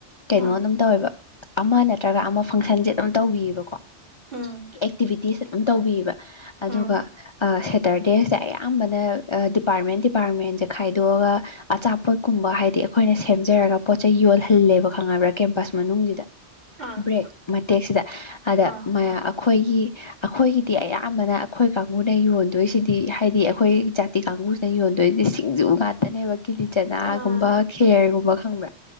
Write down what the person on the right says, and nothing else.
ꯑꯥ
ꯎꯝ
ꯎꯝ
ꯑꯥ
ꯑꯥ
ꯑꯥ